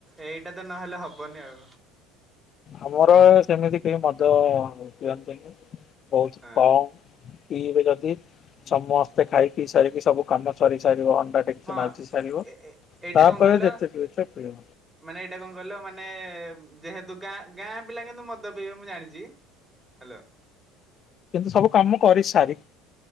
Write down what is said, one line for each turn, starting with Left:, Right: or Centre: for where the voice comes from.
Right: ଏଇଟା ତ ନହେଲେ ହବନି ଆଉ।
Left: ଆମର ସେମିତି କେହି ମଦ ପିଅନ୍ତିନି। ବହୁତ
Right: ହଁ
Left: କମ ପିଇବେ ଯଦି ସମସ୍ତେ ଖାଇ ପିଇ ସାରିକି ସବୁ କାମ ସରି ସାରିବ ହଣ୍ଡା ଡେକ୍ଚି
Right: ହଁ
Left: ମାଜି ସାରିବ
Right: ଏ ଏ ଏଇଟା
Left: ତାପରେ
Right: କଣ କହିଲ
Left: ଯେତେ ପିଉଚ ପିଅ।
Right: ମାନେ ଏଇଟା କହିଲ ମାନେ ଏ ଯେହେତୁ ଗାଁ ଗାଁ ପିଲା କିନ୍ତୁ ମଦ ପିଇବେ ମୁଁ ଜାଣିଛି। ହେଲୋ
Left: କିନ୍ତୁ ସବୁ କାମ କରି ସାରି।